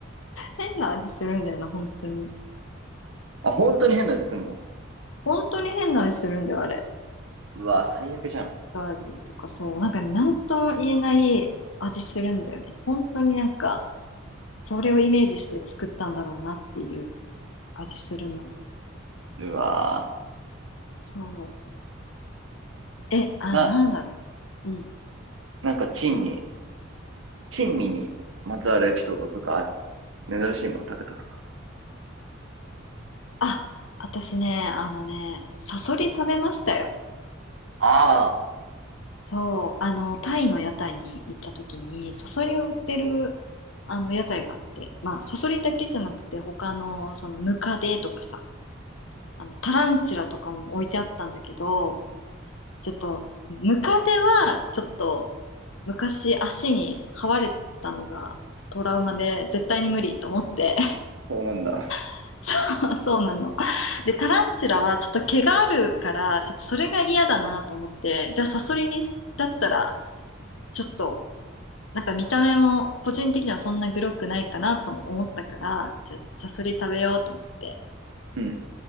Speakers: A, on the left; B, on the right.
A: 変な味するんだよな、本当に。
B: あ、本当に変な味すんの
A: 本当に変な味するんだよ、あれ。
B: うわ、
A: なんか、
B: 最悪じゃん。
A: バージンとかそう。なんかね、なんとも言えない味するんだよね。本当になんか、それをイメージして作ったんだろうなっていう味するのよ。
B: うわ、
A: そう。え、あ、
B: な、
A: なんだろう。うん。
B: なんか珍味、珍味にまつわるエピソードとかある。珍しいもの食べたとか。
A: あ、私ね、あのね、サソリ食べましたよ。
B: ああ。
A: そう、あの、タイの屋台に行った時に、サソリを売ってる、あの、屋台があって、まあ、サソリだけじゃなくて、他の、その、ムカデとかさ、あの、タランチュラとかも置いてあったんだけど、ちょっと、ムカデは、ちょっと、昔足に這われたのがトラウマで、絶対に無理と思って、
B: そうなんだ。
A: <laughs> そう、そうなの。で、タランチュラは、ちょっと毛があるから、ちょっとそれが嫌だなと思って、じゃあ、サソリにし、だったら、ちょっと、なんか見た目も個人的にはそんなグロくないかなと思ったから、じゃあサソリ食べようと思って
B: うん。